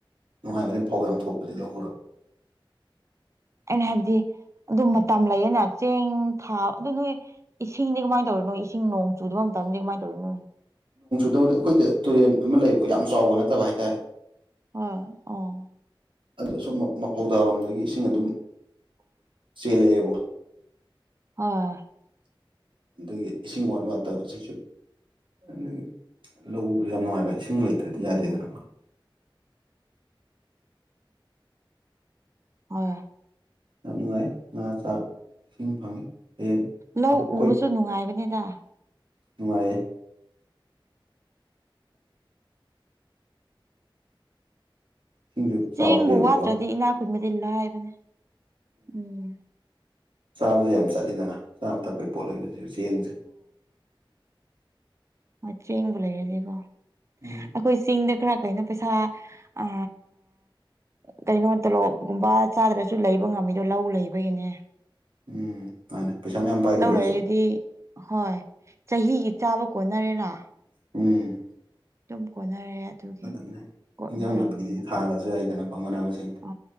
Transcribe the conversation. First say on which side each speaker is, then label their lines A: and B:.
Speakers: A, on the right; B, on the right.
A: ꯅꯨꯡꯉꯥꯏꯕꯅꯤ ꯐꯧ ꯌꯥꯝ ꯊꯣꯛꯄꯅꯤ ꯂꯧ ꯎꯔ
B: ꯑꯩꯅ ꯍꯥꯏꯕꯗꯤ ꯑꯗꯨ ꯃꯇꯝ ꯂꯩꯌꯦꯅ ꯆꯦꯡ ꯊꯥ ꯑꯗꯨ ꯅꯣꯏ ꯏꯁꯤꯡꯗꯤ ꯀꯃꯥꯏꯅ ꯇꯧꯔꯤ ꯅꯣꯏ ꯏꯁꯤꯡ ꯅꯣꯡ ꯆꯨꯗꯕ ꯃꯇꯝꯗꯤ ꯀꯃꯥꯏ ꯇꯧꯔꯤꯅꯣ
A: ꯑꯗꯣ ꯑꯈꯣꯏꯗ ꯇꯨꯔꯦꯟ ꯑꯃ ꯂꯩꯕꯀꯣ ꯌꯥꯝ ꯆꯥꯎꯕ ꯅꯠꯇꯕ ꯍꯥꯏꯇꯥꯔꯦ
B: ꯑ ꯑ
A: ꯑꯗꯨ ꯁꯨꯝ ꯃꯐꯧꯗꯥ ꯔꯣꯝꯗꯒꯤ ꯏꯁꯤꯡ ꯑꯗꯨꯝ ꯆꯦꯜꯂꯛꯑꯦꯕꯀꯣ
B: ꯑ
A: ꯑꯗꯒꯤ ꯏꯁꯤꯡ ꯋꯥꯠ ꯋꯥꯠꯇ ꯁꯤꯁꯨ ꯑꯗꯒꯤ ꯂꯧꯎꯕꯁꯨ ꯌꯥꯝ ꯅꯨꯡꯉꯥꯏꯕ ꯏꯁꯤꯡ <unintelligible> ꯂꯩꯇ꯭ꯔꯗꯤ ꯌꯥꯗꯦꯗꯅ
B: ꯎꯝ ꯑ
A: ꯌꯥꯝ ꯅꯨꯡꯉꯥꯏ ꯉꯥ ꯆꯥꯛ ꯏꯁꯤꯡ ꯐꯪꯉꯤ ꯍꯌꯦꯡ
B: ꯂꯧ
A: ꯑꯩꯈꯣꯏ
B: ꯎꯕꯁꯨ ꯅꯨꯡꯉꯥꯏꯕꯅꯦꯗ
A: ꯅꯨꯡꯉꯥꯏꯌꯦ ꯏꯁꯤꯡꯁꯨ
B: ꯆꯦꯡꯕꯨ
A: ꯆꯥꯎꯗꯦꯕꯀꯣ
B: ꯋꯥꯠꯇ꯭ꯔꯗꯤ ꯏꯅꯥꯛ ꯈꯨꯟꯕꯗꯤ ꯂꯥꯏꯕꯅꯦ ꯎꯝ
A: ꯆꯥꯕꯁꯦ ꯌꯥꯝ ꯆꯠꯂꯤꯗꯅ ꯆꯥꯕ ꯊꯛꯄꯒꯤ ꯄꯣꯠ ꯂꯩꯕꯁꯤꯁꯨ ꯆꯦꯡꯁꯦ
B: ꯑ ꯆꯦꯡꯕꯨ ꯂꯩꯔꯗꯤ ꯀꯣ
A: ꯎꯝ
B: ꯑꯈꯣꯏ ꯆꯤꯡꯗ ꯈꯔ ꯀꯩꯅꯣ ꯄꯩꯁꯥ ꯑ ꯀꯩꯅꯣ ꯇꯣꯂꯣꯞꯒꯨꯝꯕ ꯆꯥꯗ꯭ꯔꯁꯨ ꯂꯩꯕ ꯉꯝꯃꯤꯗꯣ ꯂꯧ ꯂꯩꯕꯒꯤꯅꯦ
A: ꯎꯝ ꯃꯥꯅꯤ ꯄꯩꯁꯥ ꯃꯌꯥꯝ ꯄꯥꯏꯗ꯭ꯔꯒꯁꯨ
B: ꯂꯧ ꯂꯩꯔꯗꯤ ꯍꯣꯏ ꯆꯍꯤꯒꯤ ꯆꯥꯕ ꯀꯣꯟꯅꯔꯦꯅ
A: ꯎꯝ
B: ꯑꯗꯨꯝ ꯀꯣꯟꯅꯔꯦ ꯑꯗꯨꯒꯤ
A: ꯑꯗꯨꯅꯦ
B: ꯀꯣꯠꯅꯔꯕꯅꯤꯅ
A: ꯏꯟꯖꯥꯡ ꯅꯥꯄꯤꯗꯤ ꯊꯥꯔꯁꯨ ꯌꯥꯏꯗꯅꯀꯣ ꯃꯅꯥ ꯃꯁꯤꯡꯗꯤ
B: ꯑ